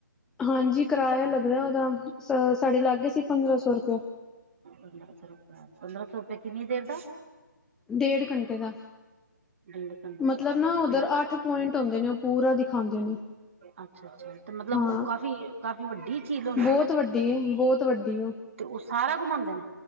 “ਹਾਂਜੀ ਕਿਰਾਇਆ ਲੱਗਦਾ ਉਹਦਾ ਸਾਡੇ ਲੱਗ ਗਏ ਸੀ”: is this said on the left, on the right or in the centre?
Centre